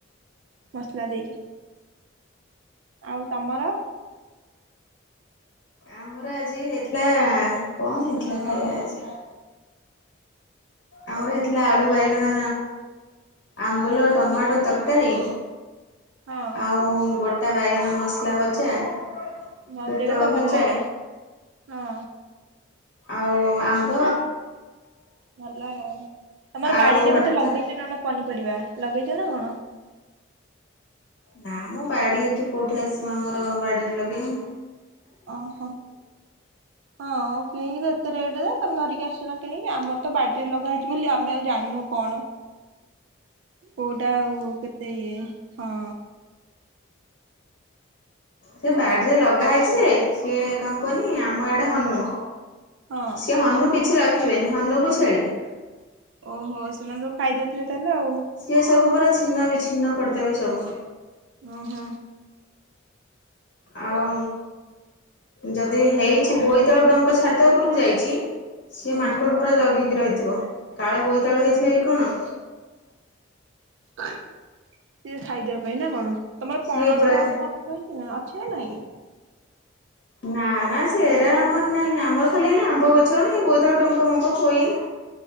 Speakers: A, on the right; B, on the left.
A: ମସଲା ଦେଇକି ଆଉ ତମର?
B: ଆମର ଆଜି ହେଇଥିଲା କଣ ହେଇଥିଲା ଖାଇବା ଆଜି? ଆମର ହେଥିଲା ଆଳୁ ବାଇଗଣ ଆମ୍ବୁଲ ଟମାଟୋ ତରକାରୀ।
A: ହଁ
B: ଆଉ ଗୋ ଟା ବାଇଗଣ ମସଲା ଭଜା।
A: ହ
B: ପୋଟଳ
A: ସେଇଟା ତ
B: ଭଜା
A: ଭଲ ଲାଗେ ହଁ।
B: ଆଉ ଆମ୍ବ
A: ହୁଁ ଭଲ ଆଉ ତମର
B: ଆଳୁ
A: ବାଡିରେ
B: ଭର୍ତ୍ତା
A: ବୋଧେ ଲଗେଇଚ ନା ପନି ପାରିବା ଲଗେଇଚ ନା କଣ?
B: ନା ମ ବାଡି ଏଠି କୋଉଠି ଆସିବା ଆମର ବାଡିରେ ଲଗେଇ ମୁଁ
A: ଓହୋ ହଁ କିଣିକି ଏତେ ରେଟ ରେ। ତମେ ଧରିକି ଆସୁନ କିଣିକି ଆମର ତ ବାଡିରେ ଲଗା ହେଇଚି ବୋଲି ଆମେ ଆଉ ଜାଣିନୁ କଣ? କୋଉଟା ଆଉ କେତେ ଇଏ ହଁ।
B: ସେ ବାଡିରେ ଲଗା ହେଇଚି ଯେ ସିଏ କଣ କୁହନି ଆମ ଆଡେ ହନୁ।
A: ହଁ
B: ସେ ହନୁ କିଛି ର ରଖିବେନି ହନୁକୁ ଛେଳି।
A: ଓହୋ ସେମାନେ ଯୋଉ ଖାଇଦଉଥିବେ ତାହେଲେ ଆଉ।
B: ସିଏ ସବୁ ପୁରା ଛିନ୍ନ ବିଛିନ୍ନ କରିଦେବେ ସବୁ।
A: ଓ ହୋ।
B: ଆଉ ଯଦି ହେଇଛି କି ବୋଇତାଳୁ ଡଙ୍କ ଛାତ ଉପରକୁ ଯାଇଛି ସିଏ
A: ହୁଁ
B: ମାଙ୍କଡ ପୁରା ଜଗିକି ରହିଥିବ। କାଳେ ବୋଇତାଳୁ ହେଇଥିବ ଏ କଣ?
A: ସେଏ ଖାଇଦବା ପାଇଁ ନା କଣ? ତମର
B: ସିଏ
A: ପଣସ
B: ପୁରା ଖା
A: ପଣସ ହେଇଛି ନାଇଁ ଅଛି ନା ନାଇଁ।
B: ନା ନା ସେହରା ଆମର ନାହିଁ ଆମର ଖାଲି ଆମ୍ବ ଗଛ ଏ ବୋଇତାଳୁ ଡଙ୍କ ଫଙ୍କ ପୋଇ